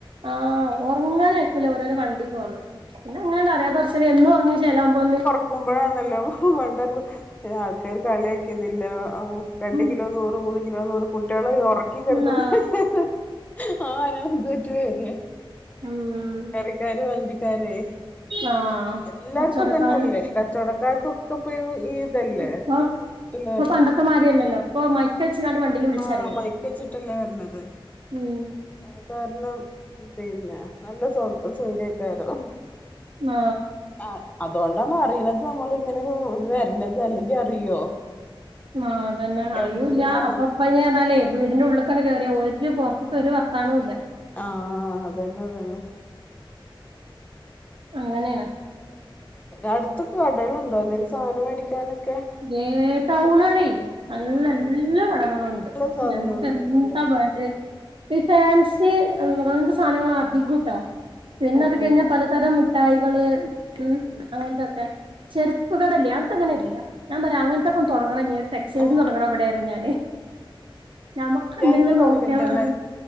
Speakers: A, on the right (about 65°); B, on the left (about 15°).
A: ആഹ് ഒറങ്ങാനയക്കൂല്ലേ ഓരോരോ വണ്ടി വന്നിട്ട്.
B: ഉം.
A: പിന്നെങ്ങനങ്ങ്ട് അറിയാതെ കൊർച്ചേരം എന്നോറങ്ങി ചേലാകുമ്പോന്ന്‌
B: ക്കുമ്പഴാണല്ലോ പണ്ടൊക്കെ ആൾക്കാര് കളിയാക്കീന്നല്ലോ ആഹ്. രണ്ട്
A: ഉം
B: കിലോ നൂറ് മൂന്ന് കിലോ നൂറ് കുട്ട്യോളെ ഒറക്കിക്കെടുത്തുമ്പഴേക്കാരം
A: ന്നാ
B: ആഹ് ഓരോതായിട്ട് വര.
A: ഉം
B: പച്ചക്കറിക്കാരും വണ്ടിക്കാരെ. ഇപ്പൊ
A: ആഹ്
B: എല്ലാർക്കും
A: കച്ചോടക്കാര്
B: ഇതന്നെല്ലേ കച്ചോടക്കാർക്കൊക്കെ ഇപ്പൊ ഈ ഇതല്ലേ
A: ഇപ്പൊ
B: സ്പീക്കറിട്ടിട്ട് വരല്?
A: ഇപ്പൊ പണ്ടത്തെ മാരിയല്ലല്ലോ ഇപ്പൊ മൈക്ക് വെച്ച്ങ്ങാണ്ട് വണ്ടിയില് വിളിച്ചറിയാണ്
B: ഉം <unintelligible> ച്ചിട്ടല്ലേ വര്ണത്?
A: ഉം.
B: ആ കാരണം പിന്നെ നല്ല സ്വ, സ്വരായ്കാരം
A: ആ
B: ആ അതോണ്ടാണ് അറിയണത് നമ്മൾ ഇങ്ങനെരു ഇത് വര്ണത് അല്ലെങ്കി അറിയോ.
A: ആ അതന്നെ അറിയൂല്ല
B: എവിടുന്ന്
A: അപ്പൊപ്പ ഞ്ഞി ഏതാലേ. വീടിന്റെ ഉള്ള് കാണ്ട് കെറിയ ഒരു പൊറത്ത്‌ത്ത ഒരു വർത്താനോം ഇല്ല
B: ആഹ് അതന്നെഅതന്നെ.
A: അങ്ങനെണ്.
B: അടുത്തൊകടെളുണ്ടോ എന്തെലും സാനം മേടിക്കാനൊക്കെ.
A: ഏ ടൗണാണെ. നല്ല
B: ആഹ് ആഹ്
A: എല്ല കടകളും
B: എല്ലാ
A: ഉണ്ട്
B: സാധനവും
A: നമുക്ക്
B: ഉണ്ട്
A: എന്താ
B: കിട്ടുംല്ലേ
A: വേണ്ടെ ഈ ഫാൻസി അങ്ങത്തെ സാനങ്ങൾ അധികൂട്ടോ പിന്നത്
B: ആഹ്
A: കഴിഞ്ഞ.
B: ആഹ്
A: പലതരം മിഠായികള്.
B: ആഹ്
A: ഉം
B: ആഹ്
A: അങ്ങനത്തൊക്കെ. ചെരുപ്പ് കടല്ല്യ അതങ്ങനെ ഇല്ല. ഞാ പറയും
B: ആഹ്
A: അങ്ങനത്തൊക്കെ തൊടങ്ങണം ഞ്ഞി ഒരുടെസ്റ്റൈൽസും
B: ആഹ് ആഹ് ആഹ്
A: തൊടങ്ങണംവിടെറയും ഞാന്. ഞമുക്കെന്തെലും
B: ഇല്ലാത്തത്
A: നോക്കിയാ
B: തൊടങ്ങണ്ടല്ലേ
A: മതി.